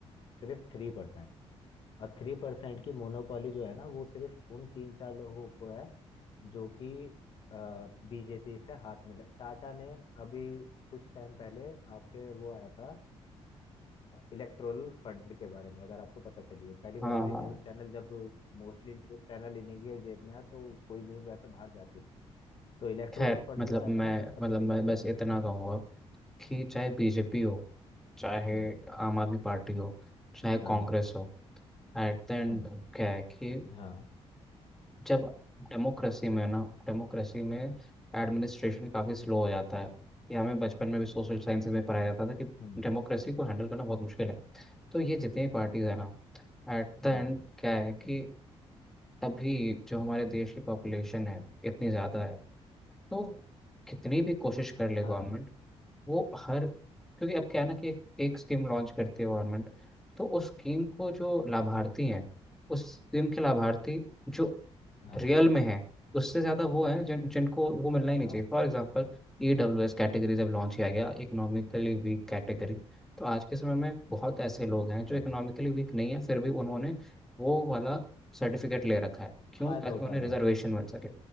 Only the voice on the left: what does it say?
सिर्फ थ्री परसेंट और थ्री परसेंट की मोनोपोली जो है ना वो सिर्फ उन तीन चार लोगों को है जो कि बीजेपी से हाथ मिला टाटा ने अभी कुछ टाइम पहले आपके वो आया था इलेक्टोरल फंड के बारे में अगर आपको पता चली हो पहली बात
तो ये
न्यूज़ चैनल जब मोस्टली न्यूज़ चैनल इन्हीं के जेब में है तो कोई न्यूज़ ऐसे बाहर जाती नहीं तो इलेक्टोरल
फंड
जो आया था
ना जब पता
चली थी
हम्म
हाँ
जी
हम्म
हाँ
हम्म
हम्म,
बिल्कुल
हाँ
हाँ
हाँ
हाँ
जी
फायदा
उठा
रहे
हैं